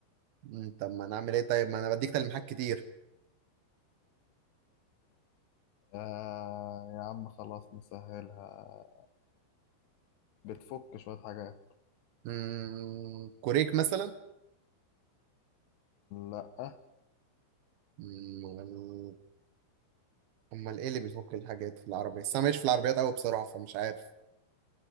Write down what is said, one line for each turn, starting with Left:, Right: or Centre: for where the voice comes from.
Right: مم، طب ما انا اعمل ايه طيب ما انا بديك تلميحات كتير
Left: آه يا عم خلاص نسهلها بتفك شوية حاجات
Right: مم، كوريك مثلا
Left: لأ
Right: مم، امال ايه اللي بيفك الحاجات في العربية بس انا ماليش في العربيات قوي بصراحة فمش عارف